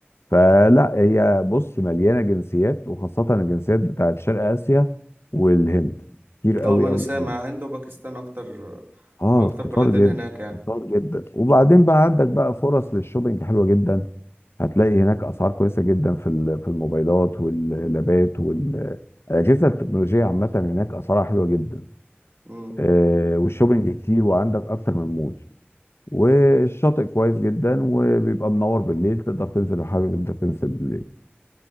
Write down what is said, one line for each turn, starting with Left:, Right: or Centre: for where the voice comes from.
Left: فلا هي بص مليانه جنسيات وخاصه الجنسيات بتاعت شرق اسيا والهند كتير
Right: ده
Left: قوي
Right: ما انا
Left: قوي
Right: سامع
Left: قوي
Right: هند وباكستان اكتر
Left: اه
Right: اكتر
Left: كتار
Right: بلدين
Left: جدا
Right: هناك يعني
Left: كتار جدا وبعدين بقى عندك بقى فرص للشوبينج حلوه جدا هتلاقي هناك اسعار كويسه جدا في ال- في الموبايلات واللابات وال الاجهزه التكنولوجيه عامه هناك اسعارها حلوه جدا
Right: امم
Left: آه والشوبينج كتير وعندك اكتر من مول والشاطئ كويس جدا وبيبقى منور بالليل تقدر تنزل لو حابب انت تنزل